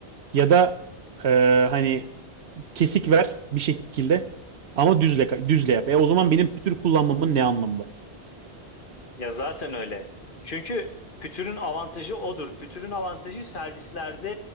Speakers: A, on the right (about 75°); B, on the left (about 55°).
A: ya da e, hani kesik ver bir şekilde ama düzle düzle yap. E o zaman benim pütür kullanmamın ne anlamı var?
B: Ya zaten öyle. Çünkü pütürün avantajı odur. Pütürün avantajı servislerde